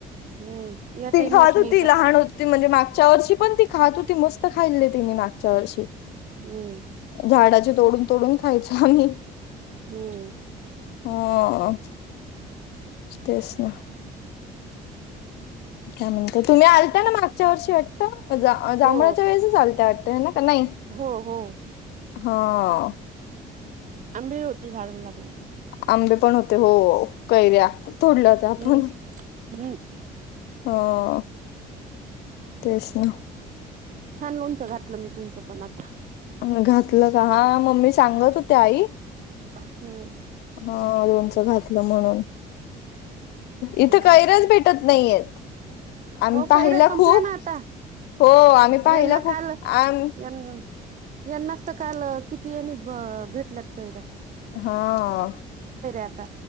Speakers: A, on the right; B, on the left.
A: हम्म या
B: ती
A: टाइमलाच
B: खात
A: मिळतात
B: होती लहान होत त म्हणजे मागच्या वर्षी पण ती खात होती, मस्त खाली तिने मागच्या वर्षी.
A: हम्म.
B: झाडाचे तोडून तोडून खायचो आम्ही.
A: हम्म.
B: हं तेच ना. काय म्हणत तुम्ही आलता ना मागच्या वर्षी वाटतं. जांभळाच्या
A: हो
B: वेळेसच आलता वाटत ना काय नाही.
A: हो हो.
B: हं.
A: आंबे होते झाडाला लागले.
B: आंबे पण होते हो. कैऱ्या तोडल्यात आपण
A: हम्म हम्म
B: हां. तेच ना.
A: छान लोणचं घातलं मी तुमचं पण आता.
B: घातलं का हा मम्मी सांगत होते आई
A: हम्म.
B: हा लोणचं घातलं म्हणून इथं
A: हम्म
B: कैऱ्याच भेट उठत नाही येत आणि
A: हो
B: पाहिला
A: कैऱ्या संपल्या
B: खूप
A: ना आता
B: हो आम्ही पाहिला
A: यांना
B: खूप
A: काल
B: आम.
A: यां यांनाच तर काल, किती येणी भेटल्यात काही रे.
B: हा.
A: आता